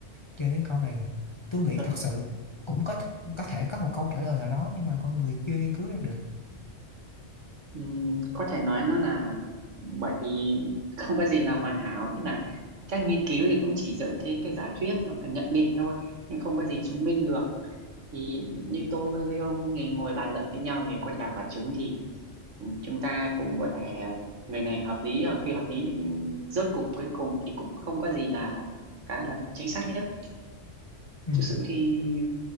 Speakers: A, on the left; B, on the right.
A: cho nên câu này tôi nghĩ
B: ừ,
A: thật sự cũng có có thể có một câu trả lời nào đó nhưng mà con người chưa nghiên cứu ra được
B: ừm, có thể nói nó là bởi vì không có gì là hoàn hảo nghĩa là các nghiên cứu thì cũng chỉ dựa trên các giả thuyết và cả nhận định thôi nhưng không có gì chứng minh được thì như tôi với ông thì ngồi bàn luận với nhau về con gà quả trứng thì ừ, chúng ta cũng có thể người này hợp lý người kia hợp lý nhưng rốt cuộc cuối cùng thì cũng không có gì là cái là chính xác nhất
A: ừ.
B: thực sự thì